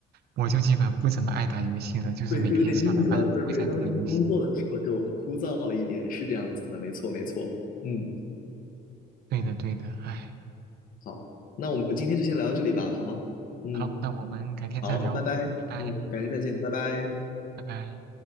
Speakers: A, on the right (about 70°); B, on the left (about 55°).
A: 我就基本不怎么爱打游戏了，就是每天下了班不会再碰游戏。
B: 对，就有点腻了。对，当它变成工作的时候，就枯燥了一点，
A: 嗯，
B: 是这样子的，没错，没错。嗯，
A: 对的对的，唉。
B: 好，那我们今天就先聊到这里吧，好吗？嗯。
A: 好，那我们改天再聊，
B: 好，拜拜，
A: 嗯，拜拜，
B: 嗯，改天再见，拜拜。
A: 拜拜。